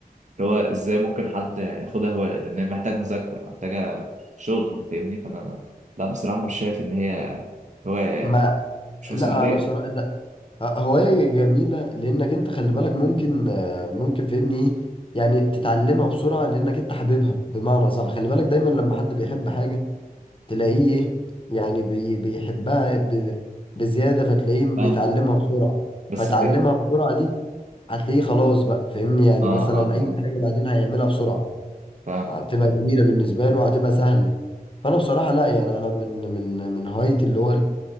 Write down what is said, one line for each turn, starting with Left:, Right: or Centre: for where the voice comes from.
Right: اللي هو إزاي ممكن حد ياخدها هواية لأن هي محتاج مذاكرة محتاجة شغل فاهمني فأنا ما- لا بصراحة مش شايف إن هي هواية يعني
Left: ما
Right: مش مسلية
Left: لا انا بصراحه
Right: يعني،
Left: ده آه، هوايه جميله لانك انت خلي بالك ممكن آه، ممكن فاهمني ايه يعني تتعلمها بسرعه لانك انت حاببها بمعنى صح خلي بالك دايما لما حد بيحب حاجه تلاقيه ايه يعني بي بيحبها ب- بزياده فتلاقيه بيتعلمها
Right: فاهم
Left: بسرعه
Right: بس
Left: فتعلمها
Right: آه
Left: بسرعه دي هتلاقيه خلاص بقى فاهمني يعني
Right: آه
Left: مثلا
Right: آه
Left: اي حاجه بعدين هيعملها بسرعه
Right: فاهم
Left: هتبقى جميله بالنسبه له هتبقى سهله فانا بصراحه لا يعني انا من من من هوايتي اللي هو